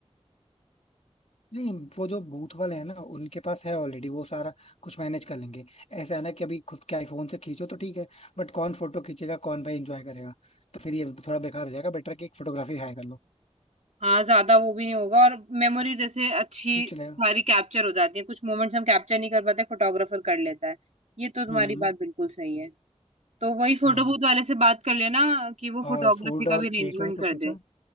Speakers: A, on the left (about 70°); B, on the right (about 80°).
A: नहीं वो जो बूथ वाले हैं ना उनके पास है ऑलरेडी वो सारा कुछ मैनेज कर लेंगे ऐसा है ना कि अभी खुद के आईफोन से खींचो तो ठीक है बट कौन फोटो खींचेगा कौन भाई एंजॉय करेगा तो फिर ये थोड़ा बेकार हो जाएगा बेटर कि एक फोटोग्राफी हायर कर लो
B: हाँ ज्यादा वो भी नहीं होगा और मेमोरी जैसे अच्छी
A: ठीक चलेगा
B: सारी कैप्चर हो जाती है कुछ मोमेंट्स हम कैप्चर नहीं कर पाते फोटोग्राफर कर लेता है ये तो तुम्हारी
A: हम्म
B: बात बिल्कुल सही है तो वही फोटो
A: हम्म
B: बूथ वाले से बात कर लेना कि वो फोटोग्राफी
A: और फूड
B: का
A: और
B: भी अरेंजमेंट
A: केक में कुछ
B: कर
A: सोचा
B: दे